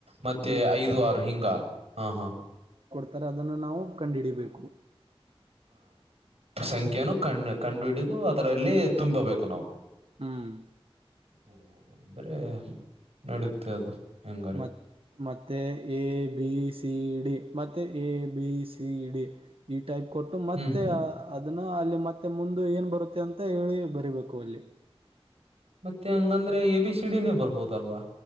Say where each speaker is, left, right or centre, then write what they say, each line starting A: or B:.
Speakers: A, on the right; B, on the right.
A: ಮತ್ತೆ
B: ಹ್ಮ್
A: ಐದು ಆರು ಹಿಂಗ ಹ ಹ
B: ನಾ ಅದನ್ನ ನಾವು ಕಂಡಿಡಿಬೇಕು
A: ಸಂಖ್ಯನ ಕಣ್ ಕಂಡ್ಬಿಡಗು ಅದರಲ್ಲಿ ತುಂಬಬೇಕು ನಾವು.
B: ಹ್ಮ್
A: ಹ ಬರೇ ನಡುತ್ತೆ ಅದು ಹೆಂಗಾರೆ
B: ಮ ಮತ್ತೆ ಎ ಬಿ ಸಿ ಡಿ ಮತ್ತೆ A B C D E type ಕೊಟ್ಟು ಮತ್ತೆ
A: ಹ್ಮ್
B: ಅದನ್ನ ಅಲ್ಲಿ ಮತ್ತೆ ಮುಂದು ಏನ್ ಬರುತ್ತೆ ಅಂತ ಹೇಳಿ ಬರಿಬೇಕು ಅಲ್ಲಿ.
A: ಮತ್ತೆ ಹಂಗಂದ್ರೆ ಎ ಬಿ ಸಿ ಡಿ ನೇ ಬರ್ಬೋದಲ್ವಾ